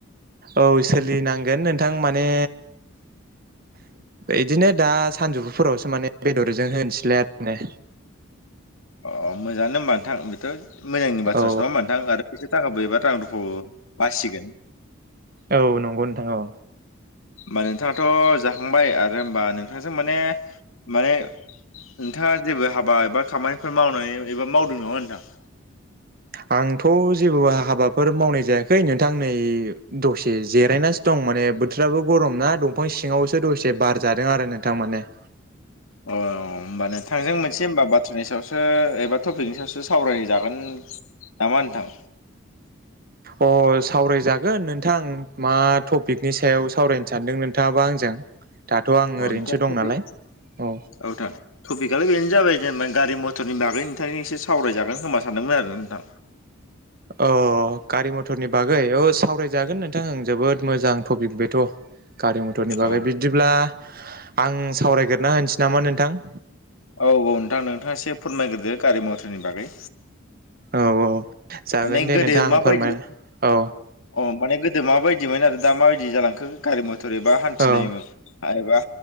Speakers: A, on the right (about 45°); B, on the left (about 85°).
A: औ सोलिनांगोन नोंथां माने। इदिनो दा सानजौफुफोरावसो माने बेदरजों होनोसैलाय आरो ने।
B: अ मोजाङानो होमबा नोंथां बेथ'। मोजांनि बाथ्रासो
A: औ
B: नङा होमबा नोंथां आरो फैसा थाखाबो एबा रां रुफाबो बासिगोन।
A: औ नंगौ नोंथां औ
B: होमबा नोंथाङाथ' जाखांबाय आरो होमबा नोंथांजों माने माने। नोंथाङा जेबो हाबा एबा खामानिफोर मावनानै एबा मावदों नामा नोंथां।
A: आंथ' जेबो हाबाफोर मावनाय जायाखै नोंथां नै दसे जिरायनानैसो दं। दं माने बोथोराबो गरम ना दंफां सिङावसो दसे बार जादों आरो नोंथां माने।
B: अ होमबा नोंथांजों मोनसे हबा बाथ्रानि सायावसो एबा टपिकनि सायावसो। सावरायनो जागोन नामा नोंथां।
A: ओम सावरायजागोन नोंथां मा टपिकनि सायाव सावरायनो सानदों नोंथाङाबा आंजों। दाथ' आं
B: अ
A: ओरैनोसो
B: नोंथा
A: दं
B: थपि
A: नालाय औ
B: औनोंथां थटपिकआनो गैनो जाबाय। जेनेबा गारि मथरनि बागै नोंथांनि एसे सावरायजागोन खोमा सानदोंमोन आरो नोंथां।
A: अ गारि मथरनि बागै औ सावरायजागोन नोंथां आं जोबोद मोजां टपिक बेथ'। गारि मथरनि बागै
B: औ
A: बिदिब्ला आं सावरायगोरना होनोसै नामा नोंथां।
B: औ औ नोंथां नोंथाङा एसे फोरमायग्रोदो गारि मथरनि बागै।
A: औ औ जागोन
B: माने
A: दे
B: गोदो
A: नोंथां आं
B: माबायदि
A: फोरमाय औ
B: अ माने गोद मााबायदिमोन आरो दा माबायदि जालांखो गारि मथर एबा हान्थिनाय
A: औ
B: आरो।